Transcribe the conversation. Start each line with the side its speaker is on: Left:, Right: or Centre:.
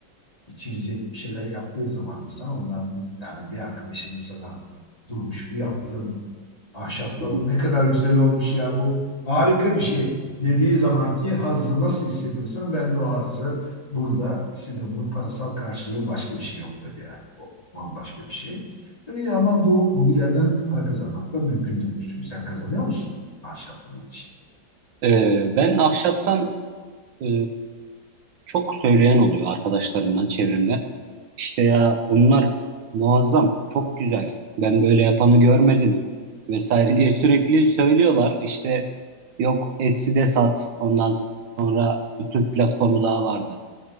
Left: içilecek bir şeyler yaptığı zaman insan onların yani bir arkadaşının sana durmuş bu yaptığın ahşap tavuğu
Right: hı.
Left: ne kadar güzel olmuş ya bu harika bir şey dediği zamanki hazzı nasıl hissediyorsan ben de o hazzı burada hissediyorum. Bunun parasal karşılığı başka bir şey yok tabii yani. O bambaşka bir şey. Tabii ama bu hobilerden para kazanmak da mümkün değil. Çünkü sen kazanıyor musun ahşapla ilgili şey?
Right: Ee, ben ahşaptan e, çok söyleyen oluyor arkadaşlarımdan çevremde. İşte ya bunlar muazzam, çok güzel. Ben böyle yapanı görmedim vesaire diye sürekli söylüyorlar. İşte yok Etsy'de sat. Ondan sonra bir Türk platformu daha vardı.